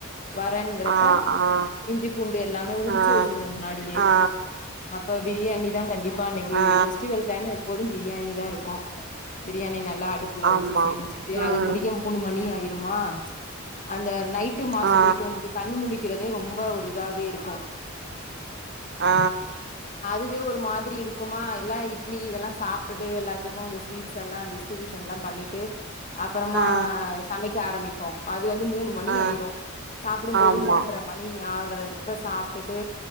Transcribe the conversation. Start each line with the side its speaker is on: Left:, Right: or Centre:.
Left: வரங்கிறப்ப
Right: ஆ ஆ
Left: இஞ்சி பூண்டு எல்லாமே உரிச்சு
Right: ஆ
Left: வச்சிருவோ முன்னாடியே
Right: ஆ
Left: அப்ப பிரியாணி தா கண்டிப்பா அன்னைக்கு
Right: ஆ
Left: ஃபெஸ்டிவல் டைம்ல எப்போது பிரியாணி தா இருக்கு பிரியாணி நல்லா அடுப்புல
Right: ஆமா
Left: வச்சு செஞ்சுட்டு
Right: ம்
Left: அது முடிக் மூணு மணி ஆயிருமா அந்த நைட்டு மாஸ்சு
Right: ஆ
Left: போயிட்டு வந்துட்டு கண்ணு முழி க்கிறதே ரொம்ப ஒரு இதாவே இருக்கு
Right: ஆ
Left: அதுவே ஒரு மாதிரி இருக்குமா எல்லா இட்லி இதெல்லா சாப்ட்டுட்டு எல்லாத்துக்கு அந்த ஸ்வீட்ஸ் எல்லா டிஸ் ட்ரிபூஷன்லா பண்ணிட்டு அப்பறமா
Right: ஆ
Left: சமைக்க ஆரம்பிப்போ அது வந்து மூணு மணி
Right: ஆ
Left: ஆயிரு சாப்டம்போது
Right: ஆமா
Left: மூன்ற மணி ஆகறப்ப சாப்ட்டுட்டு